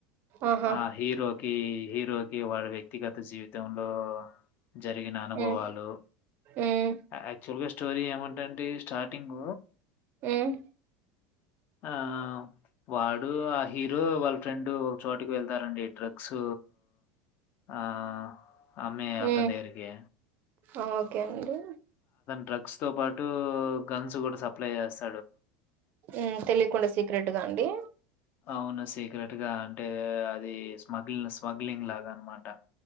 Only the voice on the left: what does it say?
ఆ హీరోకి హీరోకి వాళ వ్యక్తిగత జీవితంలో జరిగిన అనుభవాలు
అ తుల్గ స్టోరీ ఏమంటంటే స్టార్టింగ్
ఆ వాడు ఆ హీరో వాళ్ళ ఫ్రెండ్ ఒక చోటుకి వెళ్తారంండి డ్రగ్స్ ఆ అమ్మె అ
ధగారికి
డ్రగ్స్ తో పాటు గన్స్ కూడా సప్లై చేస్తయి
అవునా సీక్రెట్ గా అంటే అది స్మగ్లి స్మగ్లింగ్ లాగా అనమాట